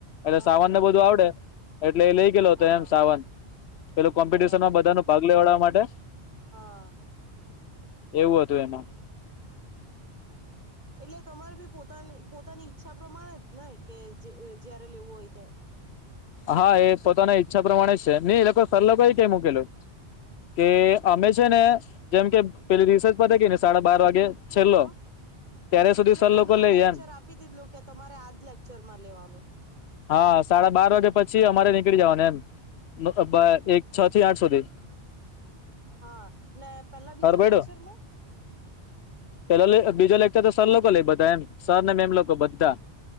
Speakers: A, on the left (about 70°); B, on the right (about 40°).
A: એટલે
B: હા
A: સાવન ને બધું આવડે એટલે એ લઈ ગેલો હતો
B: હા
A: એમ સાવન પેલું કોમ્પિટિશન
B: બરાબર
A: માં બધા ને ભાગ લેવાડાવા માટે
B: હા.
A: એવું હતું એમાં
B: એટલે તમારે બી પોતાની પોતાની ઈચ્છા પ્રમાણે જ ને કે જે જયારે લેવું હોય ત્યાં
A: હા એ પોતાના ઈચ્છા પ્રમાણે જ છે નઈ એ લોકો સર લોકો યેજ કેય મૂકેલુ. કે અમે છે ને જેમ કે પેલી રિસેસ પતે કે ની સાડા બાર વાગે છેલ્લો
B: હા
A: ત્યારે સુધી
B: એટલે
A: સર
B: તમને
A: લોકો લેય
B: લેક્ચર
A: એમ
B: આપી દીધલું કે તમારે આજ લેક્ચર માં લેવાનું.
A: હા સાડા બાર વાગે પછી અમારે નીકળી જવાનું એમ એક છ થી આઠ સુધી
B: હા ને પેલા બીજા
A: હરબડો
B: લેક્ચર માં
A: પેલો બીજો લેક્ચર તો સર લોકો લેય બધા એમ સર ને મેમ લોકો બધા